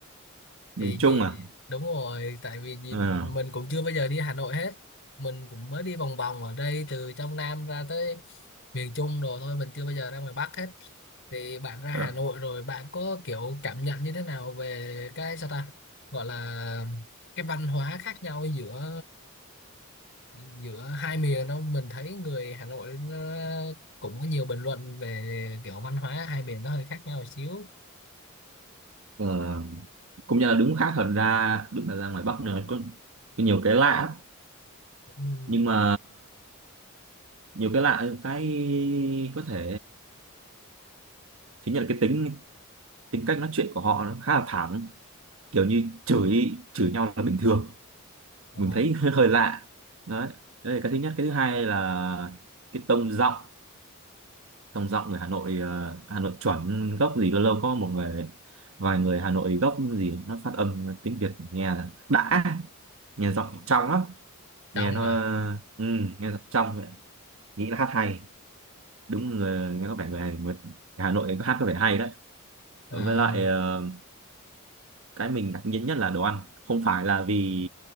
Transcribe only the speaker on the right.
miền
Trung
à
Ờ,
ờ,
ờ. cũng như là đúng khác thật ra đúng là ra ngoài Bắc nữa có, có nhiều cái lạ lắm.
nhưng mà nhiều cái lạ cái có thể thứ nhất là cái tính tính cách nói chuyện của họ nó khá là thẳng kiểu như chửi chửi nhau là bình thường
mình thấy <laughs> hơi, lạ đấy đấy là cái thứ nhất cái thứ hai là cái tông giọng Tông giọng người Hà Nội ờ, Hà Nội chuẩn gốc gì lâu lâu có một người vài người Hà Nội gốc gì nó phát âm tiếng Việt nghe là đã nghe giọng trong lắm nghe
nó
ừ, nghe giọng trong vậy. nghĩ là hát hay đúng người nghe có vẻ người, Hà- người Hà Nội hát có vẻ hay đấy
với lại ờ, cái mình ngạc nhiên nhất là đồ ăn không phải là vì